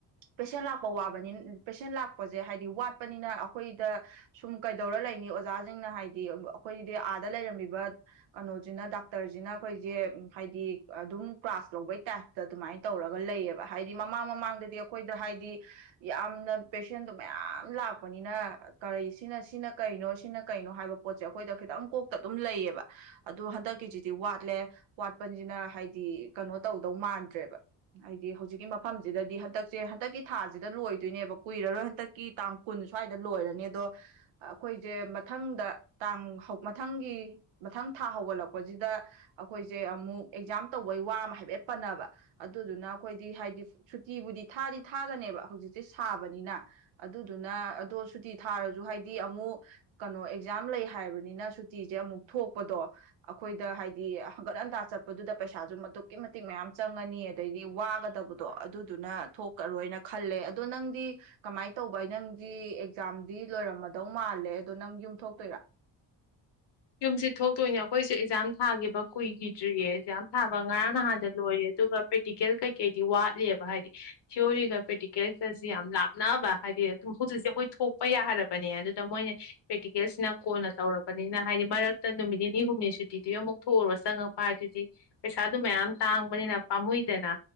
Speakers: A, on the right (about 85°); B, on the left (about 60°).
A: ꯄꯦꯁꯦꯟ ꯂꯥꯛꯄ ꯋꯥꯕꯅꯤ ꯄꯦꯁꯦꯟ ꯂꯥꯛꯄꯁꯦ ꯍꯥꯏꯗꯤ ꯋꯥꯠꯄꯅꯤꯅ ꯑꯩꯈꯣꯏꯗ ꯁꯨꯝ ꯀꯩꯗꯧꯔ ꯂꯩꯅꯤ ꯑꯣꯖꯥꯁꯤꯡꯅ ꯍꯥꯏꯗꯤ ꯑꯩꯈꯣꯏꯗꯤ ꯑꯥꯗ ꯂꯩꯔꯝꯃꯤꯕ ꯀꯩꯅꯣꯁꯤꯅ ꯗꯥꯛꯇꯔꯁꯤꯅ ꯑꯩꯈꯣꯏꯁꯦ ꯍꯥꯏꯗꯤ ꯑꯗꯨꯝ ꯀ꯭ꯂꯥꯁ ꯂꯧꯕꯩ ꯇꯥꯏꯞꯇ ꯑꯗꯨꯃꯥꯏꯅ ꯇꯧꯔꯒ ꯂꯩꯌꯦꯕ ꯍꯥꯏꯗꯤ ꯃꯥ ꯃꯃꯥꯡ ꯃꯃꯥꯡꯗꯗꯤ ꯑꯩꯈꯣꯏꯗ ꯍꯥꯏꯗꯤ ꯌꯥꯝꯅ ꯄꯦꯁꯦꯟꯗꯣ ꯃꯌꯥꯝ ꯂꯥꯛꯄꯅꯤꯅ ꯀꯔꯤ ꯁꯤꯅ ꯁꯤꯅ ꯀꯩꯅꯣ ꯁꯤꯅ ꯀꯩꯅꯣ ꯍꯥꯏꯕ ꯄꯣꯠꯁꯦ ꯁꯦ ꯑꯩꯈꯣꯏꯗ ꯈꯤꯇꯪ ꯀꯣꯛꯇ ꯑꯗꯨꯝ ꯂꯩꯌꯦꯕ ꯑꯗꯣ ꯍꯟꯗꯛꯀꯤꯁꯤꯗꯤ ꯋꯥꯠꯂꯦ ꯋꯥꯠꯄꯁꯤꯅ ꯍꯥꯏꯗꯤ ꯀꯩꯅꯣ ꯇꯧꯗꯧ ꯃꯥꯟꯗ꯭ꯔꯦꯕ ꯍꯥꯏꯗꯤ ꯍꯧꯖꯤꯛꯀꯤ ꯃꯐꯝꯁꯤꯗꯗꯤ ꯍꯟꯗꯛꯁꯦ ꯍꯟꯗꯛꯀꯤ ꯊꯥꯁꯤꯗ ꯂꯣꯏꯗꯣꯏꯅꯦꯕ ꯀꯨꯏꯔꯔꯣꯏ ꯍꯟꯗꯛꯀꯤ ꯇꯥꯡ ꯀꯨꯟ ꯁ꯭ꯋꯥꯏꯗ ꯂꯣꯏꯔꯅꯤ ꯑꯗꯣ ꯑꯩꯈꯣꯏꯁꯦ ꯃꯊꯪꯗ ꯇꯥꯡ ꯃꯊꯪꯒꯤ ꯃꯊꯪ ꯊꯥ ꯍꯧꯒꯠꯂꯛꯄꯁꯤꯗ ꯑꯩꯈꯣꯏꯁꯦ ꯑꯃꯨꯛ ꯑꯦꯛꯖꯥꯝ ꯇꯧꯕꯩ ꯋꯥ ꯑꯃ ꯍꯥꯏꯐꯦꯠ ꯄꯟꯅꯕ ꯑꯗꯨꯗꯨꯅ ꯑꯩꯈꯣꯏꯗꯤ ꯍꯥꯏꯗꯤ ꯁꯨꯇꯤꯕꯨꯗꯤ ꯊꯥꯗꯤ ꯊꯥꯒꯅꯦꯕ ꯍꯧꯖꯤꯛꯁꯦ ꯁꯥꯕꯅꯤꯅ ꯑꯗꯨꯗꯨꯅ ꯑꯗꯣ ꯁꯨꯇꯤ ꯊꯥꯔꯁꯨ ꯍꯥꯏꯗꯤ ꯑꯃꯨꯛ ꯀꯩꯅꯣ ꯑꯦꯛꯖꯥꯝ ꯂꯩ ꯍꯥꯏꯕꯅꯤꯅ ꯁꯨꯇꯤꯁꯦ ꯑꯃꯨꯛ ꯊꯣꯛꯄꯗꯣ ꯑꯩꯈꯣꯏꯗ ꯍꯥꯏꯗꯤ ꯍꯪꯒꯠ ꯍꯟꯇꯥ ꯆꯠꯄꯗꯨꯗ ꯄꯩꯁꯥꯁꯨ ꯑꯗꯨ ꯃꯇ ꯃꯌꯥꯝ ꯆꯪꯉꯅꯤ ꯑꯗꯩꯗꯤ ꯋꯥꯒꯗ ꯐꯠꯇꯕꯗꯣ ꯑꯗꯨꯗꯨꯅ ꯊꯣꯛꯑꯔꯣꯏꯅ ꯈꯜꯂꯦ ꯑꯗꯣ ꯅꯪꯗꯤ ꯀꯃꯥꯏꯅ ꯇꯧꯕ ꯅꯪꯗꯤ ꯑꯦꯛꯖꯥꯝꯗꯤ ꯂꯣꯏꯔꯝꯃꯗꯧ ꯃꯥꯜꯂꯦ ꯑꯗꯣ ꯅꯪ ꯌꯨꯝꯊꯣꯛꯇꯣꯏꯔꯥ
B: ꯌꯨꯝꯁꯤ ꯊꯣꯛꯇꯣꯏꯅꯦ ꯑꯩꯈꯣꯏꯁꯨ ꯑꯦꯛꯖꯥꯝ ꯊꯥꯈꯤꯕ ꯀꯨꯏꯒꯤꯗ꯭ꯔꯤꯌꯦ ꯑꯦꯛꯖꯥꯝ ꯊꯥꯕ ꯉꯔꯥꯡ ꯅꯍꯥꯟꯗ ꯂꯣꯏꯔꯦ ꯑꯗꯨꯒ ꯄ꯭ꯔꯦꯛꯇꯤꯀꯦꯜ ꯀꯩꯀꯩꯗꯤ ꯋꯥꯠꯂꯤꯦꯕ ꯍꯥꯏꯗꯤ ꯊꯤꯑꯣꯔꯤꯒ ꯄ꯭ꯔꯦꯛꯇꯤꯀꯦꯜꯒꯁꯤ ꯌꯥꯝ ꯂꯥꯞꯅꯕ ꯍꯥꯏꯗꯤ ꯑꯗꯨꯝ ꯍꯧꯖꯤꯛꯁꯦ ꯑꯩꯈꯣꯏ ꯊꯣꯛꯄ ꯌꯥꯔꯕꯅꯦ ꯑꯗꯨꯗ ꯃꯣꯏꯅ ꯄ꯭ꯔꯦꯛꯇꯤꯀꯦꯜꯁꯤꯅ ꯀꯣꯟꯅ ꯇꯧꯔꯕ ꯇꯧꯔꯛꯄꯅꯤꯅ ꯍꯥꯏꯗꯤ ꯃꯔꯛꯇ ꯅꯨꯃꯤꯠ ꯅꯤꯅꯤ ꯍꯨꯝꯅꯤ ꯁꯨꯇꯤꯗꯨ ꯑꯃꯨꯛ ꯊꯣꯛꯎꯨꯔ ꯆꯪꯉꯛꯄ ꯍꯥꯏꯗꯨꯗꯤ ꯄꯩꯁꯥꯗꯨ ꯃꯌꯥꯝ ꯇꯥꯡꯕꯅꯤꯅ ꯄꯥꯝꯃꯨꯏꯗꯅ